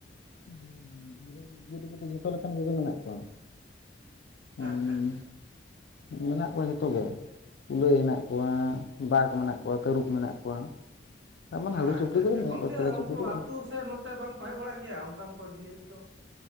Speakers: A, on the left (about 60°); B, on the right (about 70°).
A: ᱵᱤᱨ ᱨᱮᱱ ᱡᱤᱵ ᱡᱤᱭᱟᱹᱞᱤ ᱠᱚᱫᱚ ᱡᱷᱚᱛᱚ ᱞᱮᱠᱟᱱ ᱠᱚᱜᱮ ᱢᱮᱱᱟᱜ ᱠᱚᱣᱟ᱾ ᱦᱩᱸ᱾
B: ᱟᱪᱪᱷᱟ ᱟᱪᱪᱷᱟ
A: ᱢᱮᱱᱟᱜ ᱠᱚᱣᱟ ᱡᱷᱚᱛᱚ ᱜᱮ᱾ ᱠᱩᱞᱟᱹᱭ ᱦᱮᱱᱟᱜ ᱠᱚᱣᱟ, ᱵᱟᱜ ᱢᱮᱱᱟᱜ ᱠᱚᱣᱟ, ᱛᱟᱹᱨᱩᱵ ᱢᱮᱱᱟᱜ ᱠᱚᱣᱟ᱾ ᱛᱟᱨᱢᱟᱱᱮ ᱦᱟᱹᱲᱩ
B: ᱟᱪᱪᱷᱟ
A: ᱪᱩᱯᱲᱤ
B: ᱟᱪᱪᱷᱟ
A: ᱠᱚᱫᱚ ᱢᱮᱱᱟᱜ
B: ᱜᱚᱝᱠᱮ
A: ᱠᱚᱣᱟ ᱪᱮᱞᱮ ᱪᱩᱯᱲᱤ
B: ᱩᱱᱠᱩ
A: ᱠᱚᱫᱚ ᱢᱮᱱᱟᱜ
B: ᱟᱛᱳ ᱥᱮᱫ ᱱᱚᱛᱮ ᱵᱟᱝᱠᱚ ᱦᱮᱡ ᱵᱟᱲᱟᱜ ᱜᱮᱭᱟ ᱚᱱᱠᱟᱱ ᱠᱚ ᱡᱤᱭᱟᱹᱞᱤ ᱠᱚ?